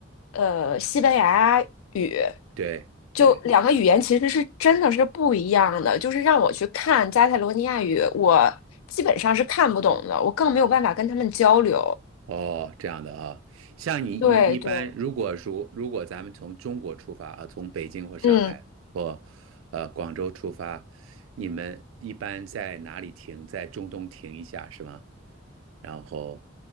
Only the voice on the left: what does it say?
呃西班牙语，
就两个语言其实是真的是不一样的。就是让我去看加泰罗尼亚语，我基本上是看不懂的，我更没有办法跟他们交流。
对对，
嗯。